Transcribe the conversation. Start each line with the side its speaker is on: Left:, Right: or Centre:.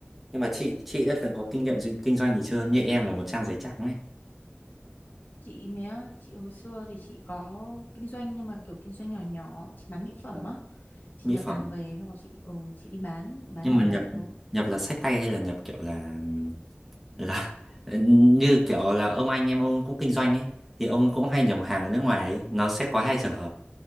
Centre: nhưng mà chị chị đã từng có kinh nghiệm dinh- kinh doanh gì chưa như em là một trang giấy trắng này
Left: chị mới á, chị hồi xưa thì chị có kinh doanh nhưng mà kiểu kinh doanh nhỏ nhỏ chị bán mỹ phẩm
Centre: ờ,
Left: á chị
Centre: mỹ
Left: nhập
Centre: phẩm
Left: hàng về xong rồi chị ừ, chị đi bán bán
Centre: nhưng
Left: nhỏ
Centre: mà nhập
Left: lẻ thôi
Centre: nhập là xách tay hay là nhập kiểu là là <laughs> như kiểu là ông anh em ông cũng kinh doanh ấy thì ông cũng hay nhập hàng ở nước ngoài ấy. nó sẽ có hai trường hợp